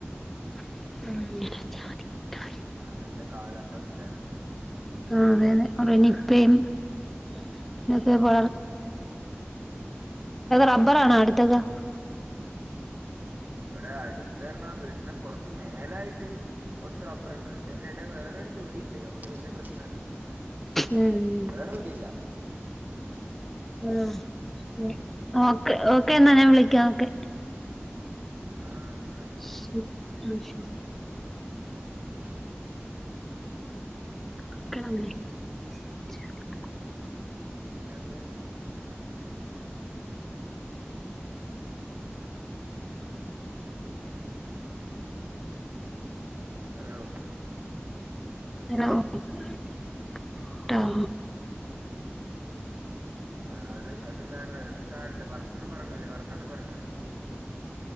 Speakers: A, in the centre; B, on the right.
A: ഉ <unintelligible>
B: അങ്ങനത്തെ കാലാവസ്ഥയാണല്ലോ
A: ആ അതെഅതെ അതെ നിപ്പയും <unintelligible> <unintelligible> നിന്റേതു റബ്ബറാണോ അടുത്തൊക്കെ
B: ഇവിടെ അടുത്ത് പറഞ്ഞ വീടിനു കുറച്ച് മേലായിട്ട് കുറച്ച് റബ്ബറുണ്ട് പക്ഷേ അയ്‌ന്റെടെ വേറെ ഒരു തൊടിണ്ട് അതോണ്ട് വലിയ പ്രേശ്നല്ല്യ
A: ഉം
B: വേറെ എവിടെല്യ.
A: <unintelligible> ഓക്കേ ഓക്കേ എന്നാ ഞാൻ വിളിക്കാം ഓക്കെ.
B: ആഹ് എന്നാ ശരി
A: ശ ആ ശരി
B: <inaudible>
A: <unintelligible>
B: പിന്നെന്താണ് ഹലോ
A: ഹലോ <unintelligible> ട്ടോ
B: ആ അത് അത് സാരല്ല്യ അത് സാരല്ല്യ വർത്താനം പറഞ്ഞോളി വർത്താനം പറഞ്ഞോളി.